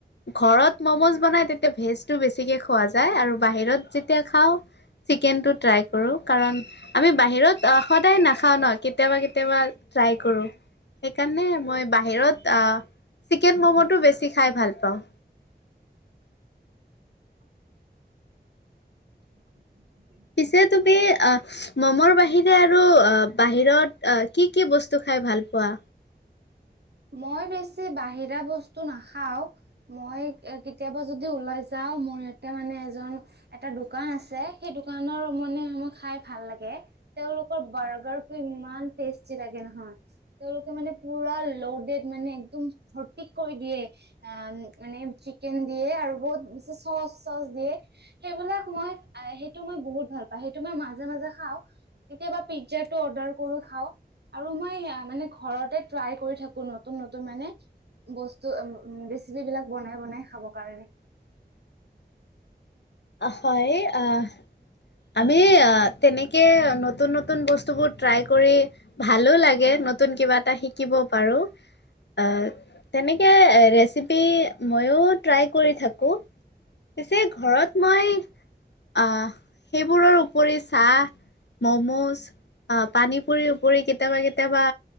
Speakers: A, on the left (about 80°); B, on the right (about 70°).
A: ঘৰত মমজ বনাই তেতিয়া ভেজটো বেছিকে খোৱা যায় আৰু বাহিৰত যেতিয়া খাওঁ। চিকেনটো ট্ৰাই কৰো কাৰণ আমি বাহিৰত সদায় নাখাওঁ ন কেতিয়াবা কেতিয়াবা, ট্ৰাই কৰোঁ সেইকাৰণে মই বাহিৰত চিকেন ম'ম'টো বেছি খাই ভাল পাওঁ।
B: <inaudible> উম
A: পিছে তুমি অঁ মমৰ বাহিৰে আৰু অঁ বাহিৰত অঁ কি কি বস্তু? খাই ভাল পোৱা
B: মই বেছি বাহিৰা বস্তু নাখাওঁ মই কেতিয়াবা যদি ওলাই যা। আৰু মোৰ ইয়াতে মানে এজন এটা দোকান আছে সেই দোকানৰ মানে মই খাই ভাল লাগে। তেওলোক বাৰ্গাৰ টো ইমান টেষ্টি লাগে নহয় তেওঁলোকে মানে পুৰা লৌ বেদ মানে একদম সঠিক কৰি দিয়ে মানে চিকেন দিয়ে আৰু বহুত ডিচেচ্ চচ চচ দিয়ে সেইবিলাক মই সেইটো মই বহুত ভাল পাও সেইটো মই মাজে মাজে খাওঁ কেতিয়াবা পিজ্জাটো অৰ্ডাৰ কৰি খাও আৰু মই মানে ঘৰতে ট্ৰাই কৰি থাকো ত নতুন নতুন মানে? বস্তু এম ৰেচিপি বিলাক বনাই বনাই খাব কাৰণে
A: হয় অহ। আমি তেনেকে নতুন নতুন বস্তুবোৰ ট্ৰাই কৰি ভালো লাগে। নতুন কিবা এটা শিকিব পাৰো। হয় তেনেকে ৰেচিপি ময়ো ট্ৰাই কৰি থাকোঁ। পিছে ঘৰত মই আহ সেইবোৰৰ উপৰি চাহ মম'জ আহ পানী পুৰি উপৰি কেতিয়াবা কেতিয়াবা